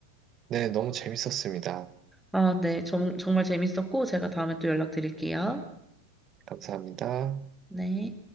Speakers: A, on the right (about 30°); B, in the centre.
A: 네, 너무 재밌었습니다.
B: 아, 네. 정, 정말 재밌었고 제가 다음에 또 연락드릴게요.
A: 감사합니다.
B: 네.